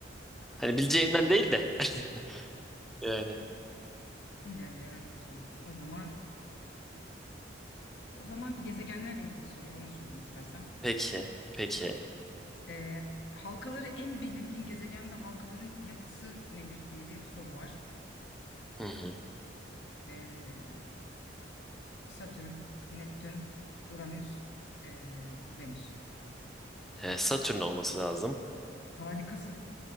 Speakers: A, in the centre; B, on the left.
A: Hani
B: <laughs>
A: bileceğimden değil de. <laughs> Yani.
B: yani ince diyerek olsun diyorsun. O zaman o zaman bir gezegenlerle ilgili bir soru var onu sorayım istersen.
A: Peki. Peki.
B: Ee, halkaları en belirgin gezegen ve halkaların yapısı nedir diye bir soru var.
A: Hı hı.
B: Ee, Satürn, Neptün, Uranüs, ee, Venüs.
A: Ee, Satürn olması lazım.
B: Harikasın.